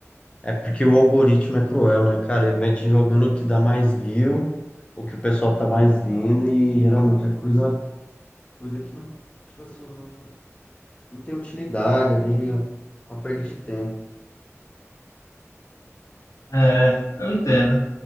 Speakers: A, on the left; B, on the left.
A: É porque o algoritmo é cruel, né, cara? Ele vai te jogando o que dá mais view, o que o pessoal tá mais vendo, e geralmente é coisa, coisa que não, tipo assim, não, não tem utilidade ali, é uma perda de tempo.
B: É, eu entendo.